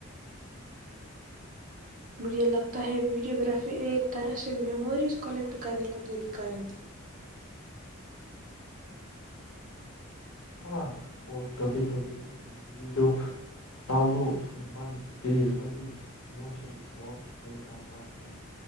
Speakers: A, on the right; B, on the left.
A: مجھے لگتا ہے ویڈیوگرافی ایک طرح سے میموریز کلیکٹ کرنے کا طریقہ ہے
B: ہاں اور کبھی کبھی ایک ویڈیوالو بن د وہیموشن واپس لے آتا ہے